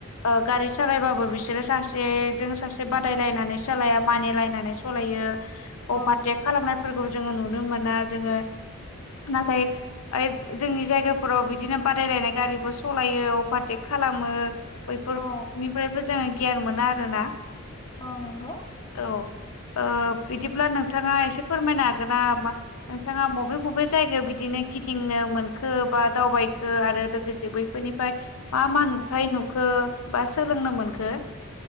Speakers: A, on the left; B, on the left.
A: ओ गारि सालायबाबो बिसोरो सासेजों सासे बादायलायना नानै सालाया मानिलायनानै सालायो
B: औ
A: अभार तेक खालाम नायफोरखौ जोङो नुनो मोना जोङो नाथाय ओ जोंनि जायगाफोराव बिदिनो बादायलायनाय गारिबो स सलायो अपारटेक खालामो बैफोरनिफ्रायबो
B: औ
A: जोङो गियान मोना आरोना।
B: औ नंगौ।
A: औ ओ बिदिब्ला नोंथाङा एसे फोरमायनो हागोनना नोंथाङा मबे मबे जायगायाव बिदिनो गिदिंनो मोनखो बा दावबायखो आरो लोगोसे बै बे बेनिफ्राय मा मा नुथाय नुखो बा सोलोंनो मोनखो?